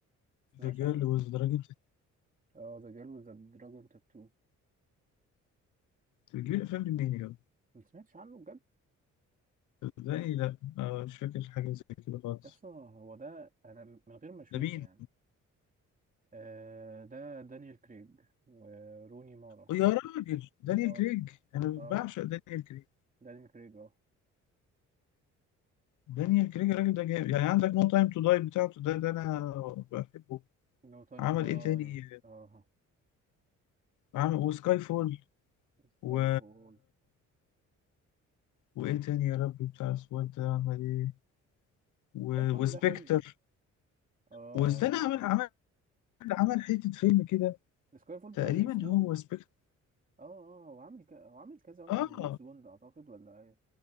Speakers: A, on the right; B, on the left.
A: تسمعش
B: ذا جيرل
A: عنه
B: وذ درجة
A: اه ذا جيل وذ دراجون تاتو
B: بتجيب الافلام دي منين يا جدع؟
A: ما سمعتش عنه بجد
B: ازاي لا آه مش فاكر حاجة زي كده خالص
A: يس هو ده انا من غير ما اشوفه
B: ده مين؟
A: يعني آه ده دانيال كريج وروني مارا
B: أو يا راجل دانيال
A: اه
B: كريج انا
A: اه
B: بعشق دانيال كريج
A: دانيال كريج اه
B: دانيال كريج الراجل ده جامد يعني عندك نو تايم تو داي بتاعته ده ده انا بحبه
A: نو تايم
B: عمل
A: تو داي
B: ايه تاني
A: اه
B: عمل وسكاي فول
A: سكاي
B: و...
A: فول
B: وايه تاني يا ربي بتاع السواد ده عمل ايه و...
A: سكاي فول
B: وسبكتر
A: ده حلو اه
B: واستنى
A: عارف
B: عمل عمل عمل حتة فيلم كده
A: سكاي فول بتاع
B: تقريبا
A: جيمس بوند
B: هو سبكتر
A: اه اه وعامل ك... وعامل كذا واحد
B: اه
A: من جيمس بوند اعتقد ولا ايه